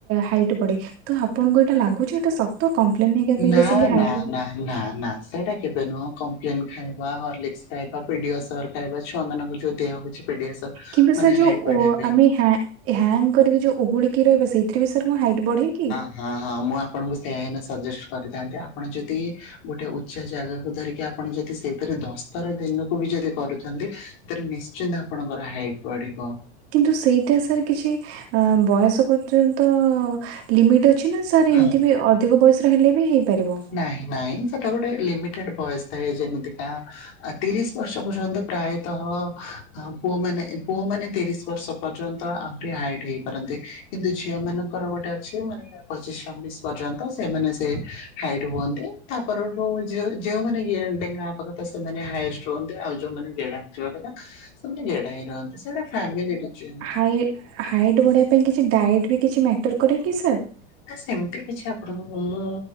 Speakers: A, on the right; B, on the left.
A: ହାଇଟ୍ ବଢେ, ତ ଆପଣଙ୍କୁ ଏଇଟା ଲାଗୁଛି ଏଇଟା ସତ କମ୍ପ୍ଲେନ ହେଇକା
B: ନା
A: ପିଇଲେ ସେମତି ହାଇଟ୍
B: ନା ନା ନା ନା ସେଇଟା କେବେ ନୁହଁ କମ୍ପ୍ଲେନ୍ ଖାଇବା ହରଲିକସ ଖାଇବା ପିଡିଅସୋର୍ ଖାଇବା, ଛୁଆମାନଙ୍କୁ ଯୋଉ ଦିଆ ହଉଛି ପେଡିଆସିଓର୍
A: କିମ୍ବା
B: ମାନେ
A: ସାର୍
B: ହାଇଟ୍
A: ଯୋଉ
B: ବଢିବା
A: ଓ-
B: ପାଇଁ।
A: ଆମେ ହ୍ୟା ହ୍ୟାଙ୍ଗ କରିକି ଯୋଉ ଓହଳିକି ରହିବ ସେଇଥିରେ ବି ସାର୍ କଣ ହାଇଟ୍ ବଢେ କି?
B: ହଁ-ହଁ, ମୁଁ ଆପଣଙ୍କୁ ସେୟା ଏଇନା ସଜେଷ୍ଟ କରିଥାନ୍ତି ଆପଣ ଯଦି ଗୋଟେ ଉଚ୍ଚା ଜାଗାକୁ ଧରିକି ଆପଣ ଯଦି ସେଇଥିରେ ଦଶଥର ଦିନକୁ ବି ଯଦି କରୁଛନ୍ତି ସେଥିରେ ନିଶ୍ଚିନ୍ତ ଆପଣଙ୍କର ହାଇଟ୍ ବଢିବ।
A: କିନ୍ତୁ ସେଇଟା ସାର୍ କିଛି ବୟସ ପର୍ଯ୍ୟନ୍ତ ଲିମିଟ୍ ଅଛି ନା ସାର୍ ଏମିତି
B: ହଁ
A: ବି ଅଧିକ ବୟସର ହେଲେ ବି ହେଇପାରିବ?
B: ନାହିଁ ନାହିଁ, ସେଟା ଗୋଟେ ଲିମିଟେଡ୍ ବୟସ ଥାଏ ଯେମିତିକା ଆ ତିରିଶ ବର୍ଷ ପର୍ଯ୍ୟନ୍ତ ପ୍ରାୟତଃ ପୁଅମାନେ ପୁଅମାନେ ତିରିଶ ବର୍ଷ ପର୍ଯ୍ୟନ୍ତ ଆହୁରି ହାଇଟ୍ ହେଇପାରନ୍ତି କିନ୍ତୁ ଝିଅମାନଙ୍କର ଗୋଟେ ଅଛି ମାନେ ପଚିଶ ଛବିଶ ପର୍ଯ୍ୟନ୍ତ ସେମାନେ ସେ ହାଇଟ୍ ହୁଅନ୍ତି ତାପରଠୁ ଝିଅ ଯେଉଁମାନେ ଗେ ଡେଙ୍ଗା ହେବା କଥା ସେମାନେ ହାଏଷ୍ଟ ହୁଅନ୍ତି ଆଉ ଯୋଉମାନେ ଗେଡା ହେଇଯିବା କଥା ସେମାନେ ଗେଡା ହେଇ ରହନ୍ତି ସେଟା ଫ୍ୟାମିଲି <unintelligible>
A: ଆଉ ଏ ହାଇଟ୍ ବଢେଇବା ପାଇଁ କିଛି ଡାଜଟ୍ ବି କିଛି ମ୍ୟାଟର କରେ କି ସାର୍?
B: ନା ସେମିତି କିଛି ଆପଣଙ୍କ ମୁଁ